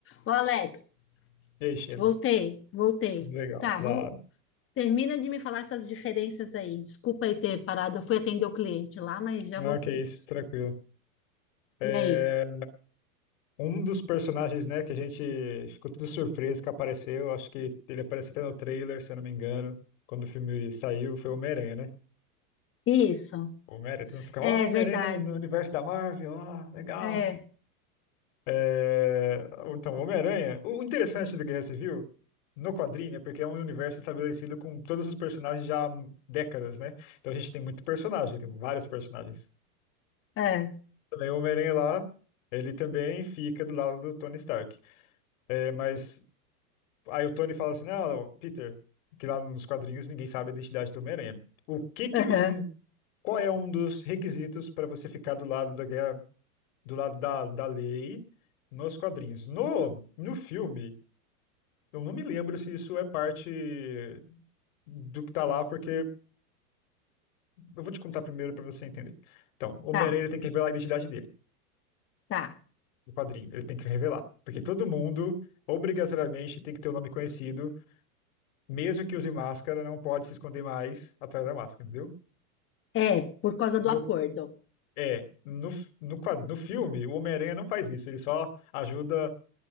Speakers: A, on the left; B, on the left.
A: Ô, Alex,
B: E aí, Sheila?
A: voltei, voltei.
B: Legal,
A: Tá,
B: da
A: vamos,
B: hora.
A: termina de me falar essas diferenças aí. Desculpa aí ter parado, eu fui atender o cliente lá, mas já
B: Não,
A: voltei.
B: que isso, tranquilo. É,
A: E aí?
B: um dos personagens, né, que a gente ficou tudo surpreso que apareceu, acho que ele apareceu até no trailer, se eu não me engano, quando o filme saiu, foi o Homem-Aranha, né?
A: Isso.
B: O Homem-Aranha, todo mundo fica,
A: É
B: ó, Homem-Aranha
A: verdade.
B: no, no universo da Marvel, ó, legal.
A: É,
B: É, então, o Homem-Aranha, o interessante do Guerra Civil, no quadrinho, é porque é um universo estabelecido com todos os personagens já há décadas, né? Então a gente tem muito personagem, tem vários personagens.
A: é.
B: Também o Homem-Aranha lá, ele também fica do lado do Tony Stark. É, mas aí o Tony fala assim, não, Peter, que lá nos quadrinhos ninguém sabe a identidade do Homem-Aranha. O que que
A: aham,
B: um, qual é um dos requisitos para você ficar do lado da guerra, do lado da, da lei nos quadrinhos? No, no filme, eu não me lembro se isso é parte do que tá lá, porque eu vou te contar primeiro para você entender. Então, o
A: Tá,
B: Homem-Aranha tem que revelar a identidade dele.
A: tá.
B: do padrinho. Ele tem que revelar. Porque todo mundo, obrigatoriamente, tem que ter o nome conhecido. Mesmo que use máscara, não pode se esconder mais atrás da máscara, entendeu?
A: É, por causa do
B: No-
A: acordo.
B: é, no, no, quad- no filme, o Homem-Aranha não faz isso. Ele só ajuda.